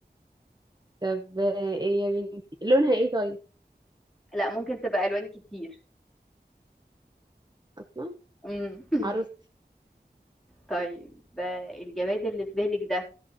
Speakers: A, on the right; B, in the centre.
A: طب آه، ايه يا بنتي لونها ايه طيب
B: لا ممكن تبقى الوان كتير
A: اصلا
B: أمم. <laughs>
A: عروستي
B: طيب آه، الجماد اللي في بالك ده